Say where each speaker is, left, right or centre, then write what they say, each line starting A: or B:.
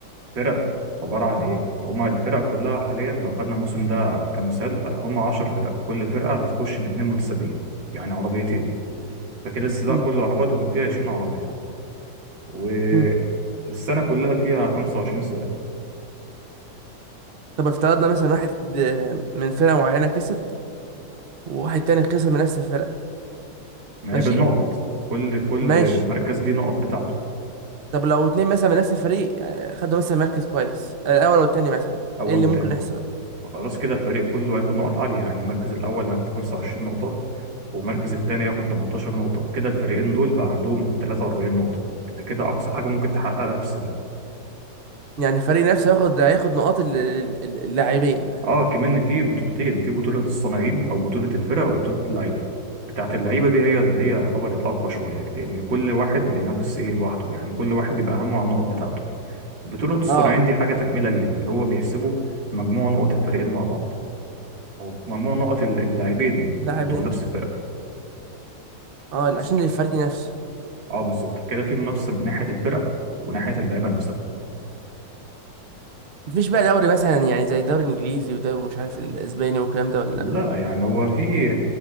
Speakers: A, on the right; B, on the right.
A: فرق عبارة عن ايه هما الفرق كلها حاليا لو خدنا الموسم ده كمثال هما عشر فرق كل فرقة بتخش باتنين متسابقين يعني عربيتين فكده السباق
B: مم.
A: كله على بعضه يكون فيه عشرين عربية والسنة
B: مم.
A: كلها فيها خمسة وعشرين سباق
B: طب افترضنا مثلا واحد د- من فرقه معينه كسب وواحد تاني خسر من نفس الفرقه
A: ما
B: ماشي
A: هي بالنقط كل كل
B: ماشي
A: مركز ليه نقط بتاعته
B: طب لو اتنين مثلا من نفس الفريق آه، خدوا مثلا مركز كويس الاول والتاني مثلا
A: أول
B: ايه اللي
A: وتاني
B: ممكن يحصل
A: فخلاص كده الفريق كله هياخد نقط عالية يعني المركز الأول هياخد 25 نقطة والمركز التاني ياخد 18 نقطة كده الفريقين دول بقى عندهم 43 نقطة ده كده أقصى حاجة ممكن تحققها في السباق
B: يعني الفريق نفسه ياخد هياخد نقاط ال- ال- ال- اللاعبين
A: اه كمان في بطولتين في بطولة الصناعين أو بطولة الفرق وبطولة اللعيبة بتاعة اللعيبة دي هي اللي هي يعتبر الأقوى شوية لأن كل واحد بينافس إيه لوحده يعني كل واحد بيبقى همه على النقط بتاعته بطولة الصناعين
B: اه
A: دي حاجة تكملة ليها اللي هو بيحسبوا مجموع نقط الفريقين مع بعض أو مجموع نقط اللاعبين
B: لاعبين
A: بتوع نفس الفرقة
B: اه
A: بس
B: عشان الفريق نفسه
A: اه بالظبط كده في منافسه من ناحيه الفرق وناحيه اللعيبه نفسها
B: مفيش
A: ماشي
B: بقى دوري مثلا يعني زي الدوري الانجليزي والدوري مش عارف الاسباني والكلام ده ولا
A: لا
B: لا
A: يعني هو في